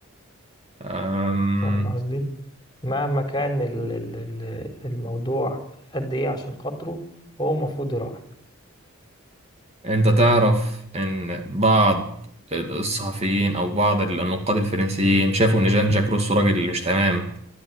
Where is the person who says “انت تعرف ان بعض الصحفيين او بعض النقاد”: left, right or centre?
Right